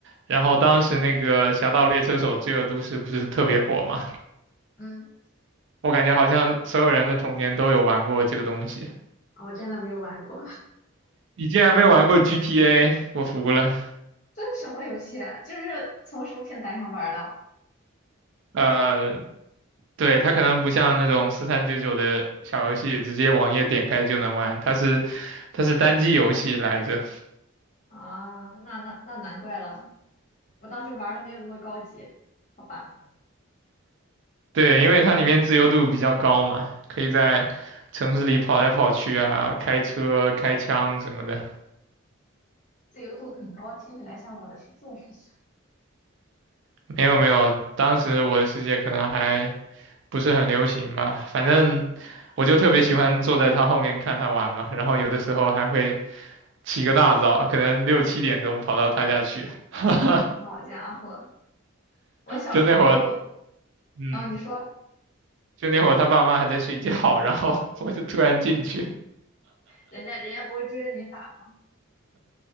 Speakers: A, on the right; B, on the left.
A: 然后当时那个《侠盗猎车手：罪恶都市》不是特别火嘛，
B: 嗯，
A: 我感觉好像所有人的童年都有玩过这个东西。
B: 我真的没有玩过。
A: 你竟然没玩过 GTA，我服了。
B: 这是什么游戏啊就是从什么平台上玩的
A: 呃，对，它可能不像那种四三九九的小游戏，直接网页点开就能玩，它是它是单机游戏来着。
B: 啊？那那那难怪了，我当时玩的没有那么高级，好吧？
A: 对，因为它里面自由度比较高嘛，可以在城市里跑来跑去啊，开车、开枪什么的。
B: 自由度很高，听起来像我的世界似的。
A: 没有没有，当时我的世界可能还不是很流行吧，反正我就特别喜欢坐在他后面看他玩嘛，然后有的时候还会起个大早，可能六七点钟跑到他家去，<laughs>
B: 好家伙，我小时候，
A: 就那会儿，嗯，
B: 啊，你说
A: 就那会儿他爸妈还在睡觉，然后 <laughs> 我就突然进去，
B: 人家人家不会追着你打吗？